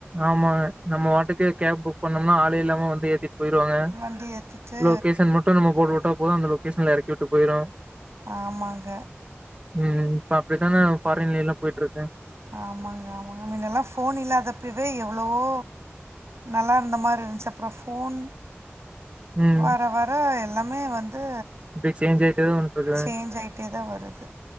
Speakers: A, on the right; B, on the right.
A: ஆமாங்க நம்ம வாட்டுக்கு கேப் புக் பண்ணோம்னா ஆளே இல்லாம வந்து ஏத்தி போயிருவாங்க
B: வண்டி ஏத்திட்டு
A: லொகேஷன் மட்டும் நம்ம போட்டு வுட்ட போதும் அந்த லொகேஷன்ல எறக்கி வுட்டு போயிரும்
B: ஆமாங்க
A: ம் இப்ப அப்டித்தான ஃபாரின்ல எல்லாம் போயிட்டு இருக்கு
B: ஆமாங்க ஆமாங்க முன்னலா ஃபோன் இல்லாத அப்பவே எவ்ளவோ நல்லா இருந்த மாரி இருந்துச்சு அப்றோ ஃபோன்
A: ம்
B: வர வர வ எல்லாமே வந்து
A: இப்டி சேஞ்ச் ஆயிட்டே வந்ட்ருக்குங்க
B: சேஞ்ச் ஆயிட்டே தா வருது